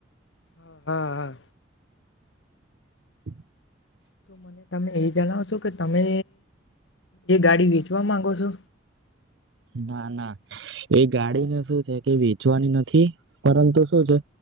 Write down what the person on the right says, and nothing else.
હમ.
ના ના એ ગાડીને શું છે કે વેચવાની નથી પરંતુ શું છે